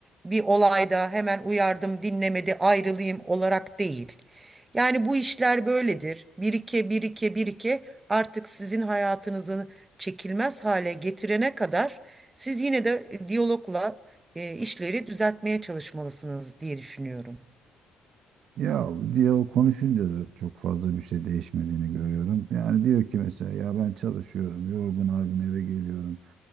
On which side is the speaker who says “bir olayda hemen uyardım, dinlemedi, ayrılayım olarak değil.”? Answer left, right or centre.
Right